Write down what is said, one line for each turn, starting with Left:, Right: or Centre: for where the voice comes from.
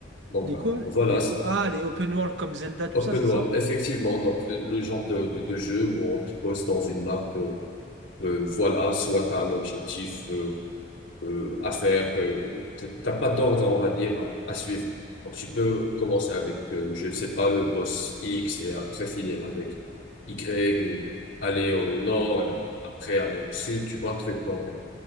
Left: Donc,
Right: Des
Left: ben,
Right: quoi?
Left: voilà,
Right: Les,
Left: c'est-
Right: o- ah, les open world comme Zelda, tout
Left: open
Right: ça, c'est ça?
Left: world, effectivement. Donc, le le genre de, de, de jeu où on te pose dans une map, euh, euh, voilà, soit t'as un objectif, euh, euh, à faire, que t- t'as pas d'ordre, on va dire, à, à suivre. Donc, tu peux commencer avec, euh, je ne sais pas, le boss X et après finir avec Y et aller au nord, et après aller au sud, tu vois, le truc. Donc, euh,